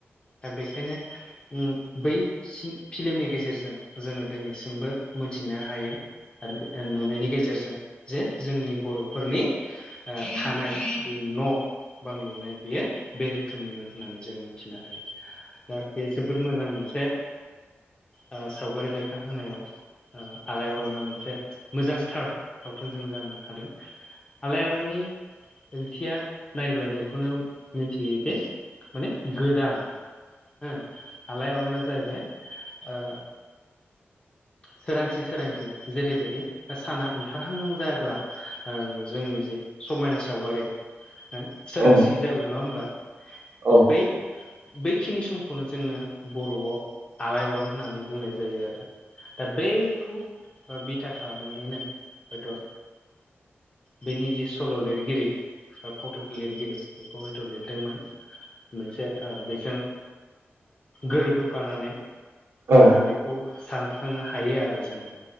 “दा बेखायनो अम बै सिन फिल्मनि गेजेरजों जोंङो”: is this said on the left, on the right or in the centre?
Left